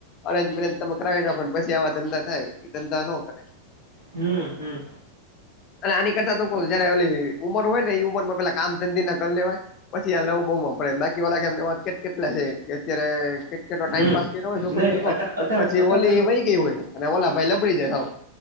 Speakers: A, on the left; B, on the right.
A: એરેજ મેરેજ તમે કરાવી નાખો પછી આવા ધંધા થાય એ ધંધા નો કરાય.
B: હું હું.
A: અને આની કરતા તો કોઈ જયારે ઓલી ઉમર હોયને એ ઉંમર માં પેલા કામ ધંધી ના કરી લેવાય પછી આ લઉ બઉ માં પડાય બાકી વાળા એકે કેટલા છે, કે અત્યારે કેટલો
B: હમ
A: ટાઇમપાસ કર્યો હોય છોકરી
B: નહી
A: ભેગો
B: અટા અટા
A: પછી
B: અટાણે
A: ઓલી વય ગઈ હોય અને ઓલા ભાઈ લબડી જાય હાવ.